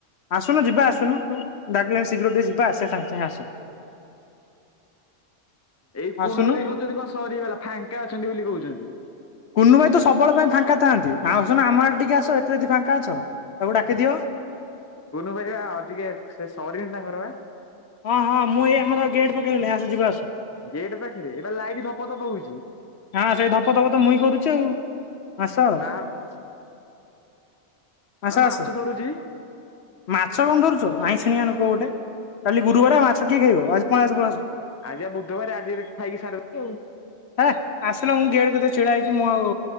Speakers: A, on the left; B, on the left.
A: ଆସୁନୁ ଯିବା ଆସୁନୁ ସବୁ ଡାକିଲେଣି ଶୀଘ୍ର ଟିକେ ଯିବା ଆସିବା ସାଙ୍ଗେ ସାଙ୍ଗେ ଆସ।
B: ଏଇ କୁନୁ
A: ଆସୁନୁ
B: ଭାଇ କହୁଛନ୍ତି କଣ ସରିଗଲା ଫାଙ୍କା ଅଛନ୍ତି ବୋଲି କହୁଚନ୍ତି।
A: କୁନୁ ଭାଇତ ସବୁବେଳେପାଇଁ ଫାଙ୍କା ଥାଆନ୍ତି ଆଉ ଆସୁନ ଆମ ଆଡ଼େ ଟିକେଏ ଆସ ଏତେ ଯଦି ଫାଙ୍କା ଅଛ ତାକୁ ଡାକିଦିଅ।
B: କୁନୁ ଭାଇପା ଟିକେ ସେସରିନି ତାଙ୍କରବା।
A: ହଁ ହଁ ମୁଁ ଏଇ ଆମର ଗେଟ୍ ପାଖରେ ହେଲି ଆସ ଯିବା ଆସ।
B: ଗେଟ୍ ପାଖରେ ଏବେ ଲାଇଟ୍ ଧପ ଧପ ହଉଚି।
A: ହଁ ସେଇ ଧପ ଧପତ ମୁଇଁ କରୁଚି ଆଉ ଆସ।
B: <unintelligible>
A: ଆସ
B: ନା ମାଛ
A: ଆସ
B: ଧରୁଛି।
A: ମାଛ କଣ ଧରୁଛ ଆଇଁ ିଣିଆ ଲୋକ ଗୋଟେ କାଲି ଗୁରୁବାରେ ମା ଛକିଏ ଖାଇବ ଆଜି ପଳିଆସ ପଳିଆସ।
B: ଆଜିବା ବୁଧବାର ଆଜି ଖାଇକି ସାରଦେମି ଆଉ।
A: ହେ ଆସିଲ ମୁଁ ଗେଟ୍ କତିରେ ଛିଡ଼ା ହେଇଚି ମୁଁ ଆଉ